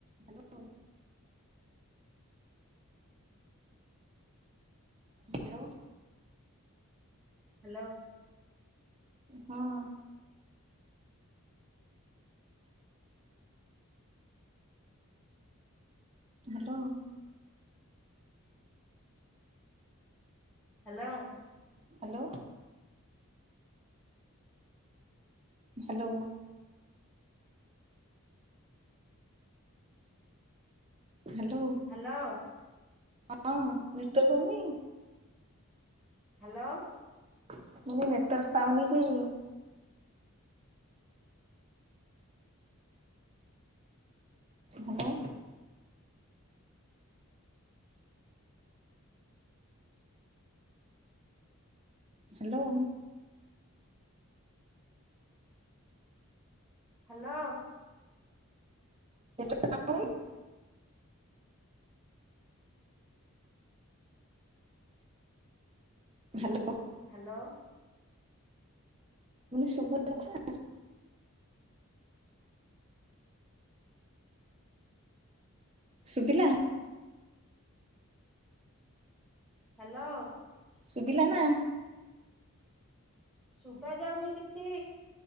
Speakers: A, on the right; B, in the centre.
A: Hello. Hello
B: hello
A: ହଁ। Hello.
B: Hello.
A: Hello. Hello. Hello.
B: Hello.
A: ହଁ ମିଷ୍ଟ କଉନି।
B: ହ୍ୟାଲୋ।
A: ମାନେ ନେଟୱାର୍କ ପାଉନି କି? Hello. Hello.
B: Hello.
A: <unintelligible> Hello.
B: Hello.
A: ମାନେ ଶୁଭୁ କଥା। ଶୁବିଲା?
B: ହ୍ୟାଲୋ।
A: ଶୁଭିଲା ନା?
B: ଶୁଭା ଯାଉନି କିଛି।